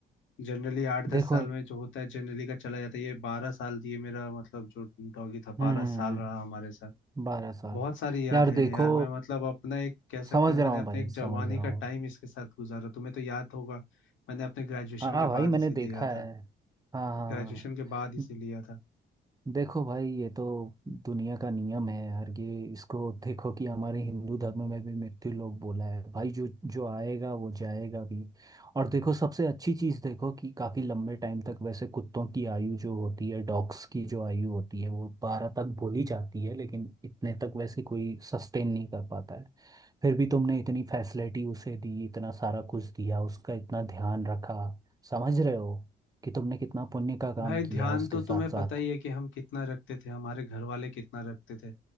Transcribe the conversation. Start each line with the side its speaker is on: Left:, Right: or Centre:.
Left: जनरली आठ
Right: देखो
Left: दस साल में जो होता है जनरली का चला जाता है ये बारह साल दिए मेरा मतलब जो डॉगी था बारह
Right: हम्म
Left: साल रहा हमारे साथ
Right: बारह साल
Left: बहुत सारी यादें
Right: यार
Left: हैं
Right: देखो
Left: यार मैं मतलब अपना एक कह सकते
Right: समझ
Left: हैं
Right: रहा
Left: मैंने
Right: हूँ
Left: अपने
Right: भाई
Left: एक
Right: समझ
Left: जवानी
Right: रहा
Left: का
Right: हूँ
Left: टाइम इसके साथ गुजारा तुम्हें तो याद होगा मैंने अपने ग्रेजुएशन
Right: हाँ
Left: के
Right: भाई
Left: बाद
Right: मैंने
Left: इसे
Right: देखा
Left: लिया
Right: है
Left: था
Right: हाँ हाँ
Left: ग्रेजुएशन
Right: हाँ
Left: के बाद इसे
Right: द-
Left: लिया था
Right: देखो भाई ये तो दुनिया का नियम है यार ये इसको देखो कि हमारे हिंदू धर्म में भी मृत्यु लोक बोला है भाई जो जो आएगा वो जाएगा भी और देखो सबसे अच्छी चीज़ देखो कि काफ़ी लंबे टाइम तक वैसे कुत्तों की आयु जो होती है डॉग्स की जो आयु होती है वो बारह तक बोली जाती है लेकिन इतने तक वैसे कोई सस्टेन नहीं कर पाता है फिर भी तुमने इतनी फैसिलिटी उसे दी इतना सारा कुछ दिया उसका इतना ध्यान रखा समझ रहे हो कि तुमने कितना पुण्य का काम
Left: भाई
Right: किया
Left: ध्यान
Right: है उसके
Left: तो
Right: साथ
Left: तुम्हें
Right: साथ
Left: पता ही है कि हम कितना रखते थे हमारे घर वाले कितना रखते थे